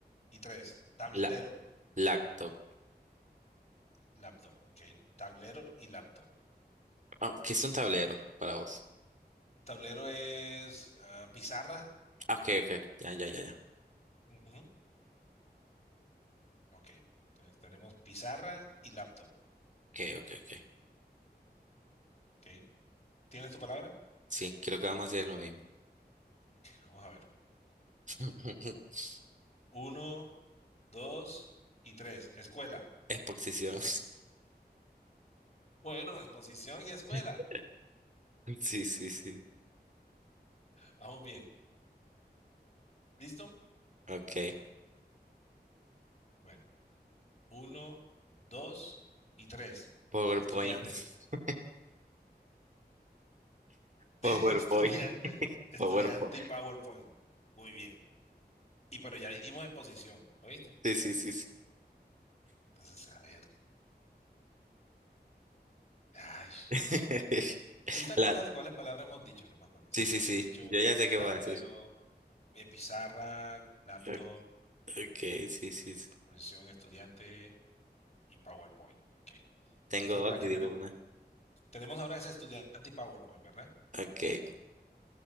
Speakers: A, on the left; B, on the right.
A: y tres. Tablero,
B: La, lacto.
A: laptop. Ok, tablero y laptop.
B: ah, ¿qué es un tablero para vos?
A: Tablero es ah, pizarra.
B: Ah, Ok, ok. Ya, ya, ya, ya.
A: Ujú, Ok, entonces tenemos pizarra y laptop.
B: Ok, ok, ok.
A: Ok, ¿tienes tu palabra?
B: Sí, creo que vamos a hacer lo mismo.
A: Vamos a ver.
B: <laughs>
A: Uno, dos y tres. Escuela.
B: Exposición.
A: Bueno, exposición y escuela.
B: <laughs> Sí, sí, sí.
A: Vamos bien. ¿Listo?
B: Ok.
A: Bueno. Uno, dos y tres.
B: PowerPoint.
A: Estudiante,
B: <laughs>
A: <laughs>
B: PowerPoint.
A: estudiante, estudiante
B: PowerPoint.
A: y PowerPoint. Muy bien. Y pero ya dijimos exposición, ¿oíste?
B: Sí, sí, sí, sí.
A: Entonces, a ver. Ay.
B: <laughs>
A: ¿Sí te acuerdas
B: La...
A: de cuáles palabras hemos dicho? No me acuerdo. O
B: Sí,
A: sea, hemos
B: sí, sí.
A: dicho
B: Yo ya sé qué
A: tablero,
B: voy a decir.
A: eh, pizarra, laptop,
B: O- Ok, sí, sí, sí.
A: posición estudiante y PowerPoint. Ok.
B: Tengo
A: Entonces,
B: dos
A: las que
B: y digo
A: tenemos,
B: una.
A: tenemos ahora es estudiante y PowerPoint, ¿verdad?
B: Ok.